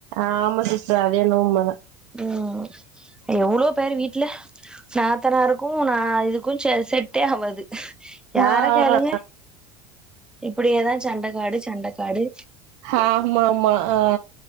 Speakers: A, on the right; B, in the centre.
A: ஆமா சிஸ்டர் அதென்னோ உண்மதா
B: ம் எவ்ளோ பேரு வீட்ல நாத்தனாருக்கூ நா இதுக்கூ செ செட்டே ஆவாது யார
A: ஆ
B: கேளுங்க
A: ஆ
B: இப்படியேதா சண்டக்காடு சண்டக்காடு
A: ஹாமாமா ஆ